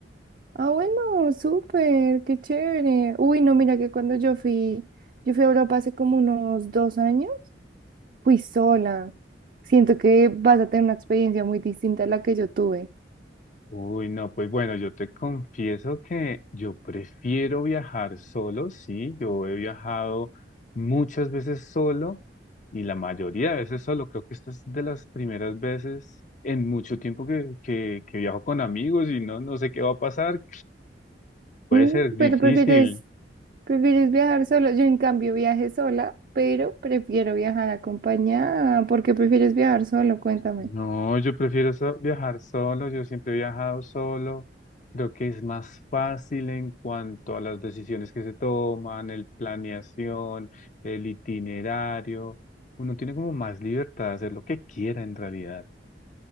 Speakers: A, on the right; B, on the left.
A: Ah, bueno, súper, qué chévere. Uy, no, mira que cuando yo fui, yo fui a Europa hace como unos dos años, fui sola. Siento que vas a tener una experiencia muy distinta a la que yo tuve.
B: Uy, no, pues bueno, yo te confieso que yo prefiero viajar solo, sí. Yo he viajado muchas veces solo y la mayoría de veces solo. Creo que esta es de las primeras veces en mucho tiempo que, que, que viajo con amigos y no, no sé qué va a pasar. Puede
A: Mm,
B: ser difícil.
A: pero prefieres, prefieres viajar solo. Yo en cambio viajé sola, pero prefiero viajar acompañada. ¿Por qué prefieres viajar solo? Cuéntame.
B: No, yo prefiero so- viajar solo. Yo siempre he viajado solo. Creo que es más fácil en cuanto a las decisiones que se toman, el planeación, el itinerario. Uno tiene como más libertad de hacer lo que quiera en realidad.